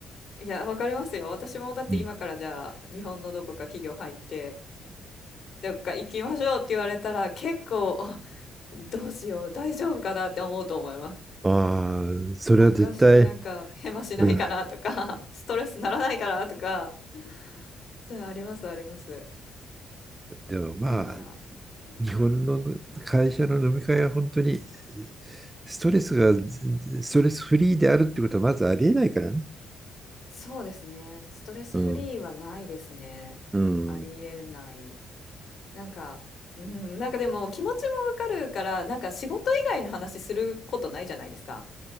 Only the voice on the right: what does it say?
うん
ああ、それは絶対、
うん。
でもまあ、
日本の会社の飲み会は本当にストレスが、ストレスフリーであるってことはまずありえないからね。
うん。うん。